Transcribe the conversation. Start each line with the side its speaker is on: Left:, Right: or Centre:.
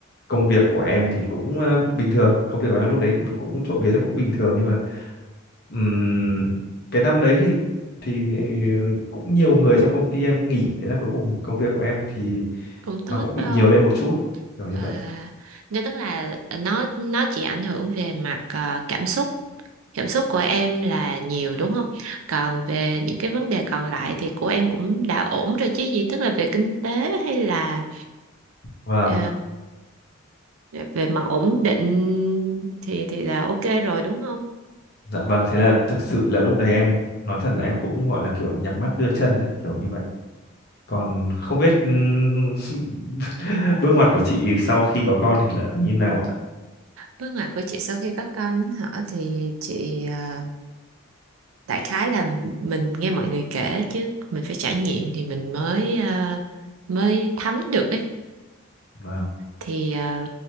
Left: công việc của em thì cũng ờ, bình thường công việc của em lúc đấy cũng trộm vía là cũng bình thường nhưng mà Ừm, cái năm đấy thì thì ờ, cũng nhiều người trong công ty em nghỉ thế là cuối cùng công việc của em thì
Right: cũng tốt
Left: nó cũng bị
Right: phải không?
Left: nhiều lên một chút kiểu như
Right: À,
Left: vậy
Right: nhưng tức là nó nó chỉ ảnh hưởng về mặt ờ, cảm xúc. Cảm xúc của em là nhiều đúng không? Còn về những cái vấn đề còn lại thì của em cũng đã ổn rồi chứ gì, tức là về kinh tế hay là
Left: vâng
Right: ờ, về mặt ổn định thì thì là ok rồi đúng không?
Left: dạ vâng thế là thực sự là lúc đấy em nói thật là em cũng gọi là kiểu nhắm mắt đưa chân đấy kiểu như vậy còn không biết ừm, <laughs> bước ngoặt của chị sau khi có con thì là như nào ạ
Right: Bước ngoặt của chị sau khi có con hả thì chị à, đại khái là mình nghe mọi người kể chứ mình phải trải nghiệm thì mình mới à, mới thấm được ấy
Left: vâng
Right: thì à,